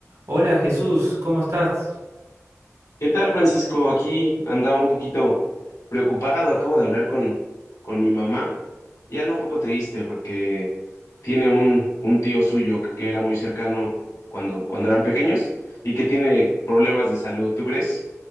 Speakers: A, on the right (about 65°); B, on the left (about 90°).
A: Hola Jesús, ¿cómo estás?
B: ¿Qué tal, Francisco? Aquí andaba un poquito preocupado. Acabo de hablar con, con mi mamá y anda un poco triste porque tiene un, un tío suyo que, que era muy cercano cuando, cuando eran pequeños y que tiene problemas de salud. ¿Tú crees?